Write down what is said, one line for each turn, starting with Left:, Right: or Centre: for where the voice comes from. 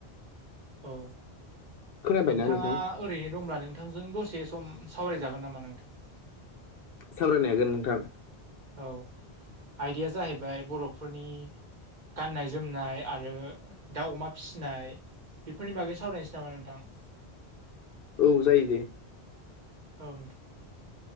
Right: औ
Left: खोनाबायना
Right: नोंथाङा
Left: नोंथां
Right: ओरैनो दंब्ला नों नोंथांजों दसे सम सावरायजागोन नामा नोंथां।
Left: सावरायनो हागोन नोंथां।
Right: औ आयदाया जाहैबाय बर'फोरनि गाननाय जोमनाय आरो दाउ अमा फिसिनाय बेफोरनि बागै सावरायनोसै नामा नोंथां।
Left: औ जायो दे।
Right: औ नोंथां।